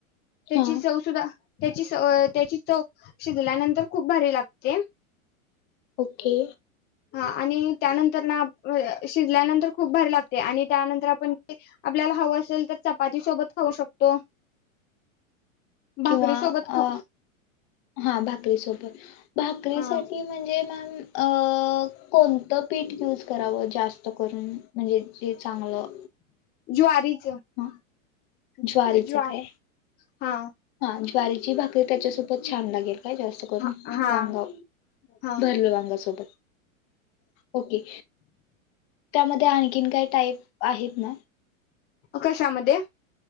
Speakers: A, on the left; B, on the left.
A: तेची
B: हा
A: चव सुद्धा त्याची त्याची चव शिजल्यानंतर खूप भारी हे लागतिय
B: ओके
A: हा आणि त्यानंतर ना शिजल्यानंतर खूप भारी लागते आणि त्यानंतर आपण आपल्याला हवं असेल तर चपाती सोबत खाऊ शकतो. भाकरी
B: किंवा
A: सोबत ख
B: अ हा भाकरीसोबत भाकरीसाठी
A: हा
B: म्हणजे म्हण अ् कोणतं पीठ यूज करावं जास्त करून? म्हणजे ते चांगलं
A: ज्वारी च
B: हा
A: ज्व
B: ज्वारीचं
A: ज्वा
B: काय
A: हा
B: हा ज्वारीची भाकरी त्याच्यासोबत छान लागेल. काय जास्त करून
A: हा हा
B: वांग
A: हा
B: भरल वांग सोबत ओके त्यामध्ये आणखीन काही टाईप आहेत ना?
A: कशामध्ये?